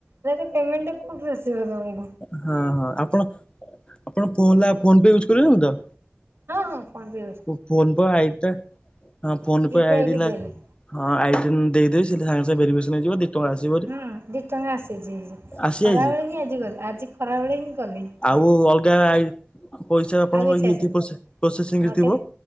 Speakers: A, on the right (about 65°); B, on the left (about 25°).
A: ନାଁ ତ ପେମେଣ୍ଟଟା କୋଉଠୁ ଆସିବ ତମୁ
B: ହଁ ହଁ ଆପଣ ଆପଣ ଫୋନ ଲା ଫୋନ ପେ ୟୁଜ୍ କଲେଣି ତ?
A: ହଁ ହଁ ଫୋନ ପେ ୟୁଜ୍‌
B: ମୋ ଫୋନ୍ ପେ ଆଇ ଟା ହଁ ଫୋନ
A: ୟୁପିଆଇରେ
B: ପେ ଆଇ ଡି ହେଲା
A: ଦେଲି
B: ହଁ ଆଇ ଡି ଟା ମୁଁ ଦେଇଦେବି ସେ ତ ସାଙ୍ଗେ ସାଙ୍ଗେ ଭେରିିଫିକେସନ ହେଇଯିବ ଦି ଟଙ୍କା ଆସିବହାରି
A: ହୁଁ ଦି ଟଙ୍କା ଆସିଚି
B: ଆସିଯାଇଛି
A: ଖରାବେେଳେ ହିଁ ଆଜି ଗଲି ଆଜି ଖରାବେଳେ ହିଁ କଲି।
B: ଆଉ ଅଲଗା ଆଇ ଆଉ ପଇସା ଆପଣଙ୍କର
A: ଆଉ କିଛି
B: ଇଏ
A: ଆସି
B: ଥିବ ସେ ପ୍ରୋସେସିଂରେ
A: ଆଉ
B: ଥିବ।
A: କେ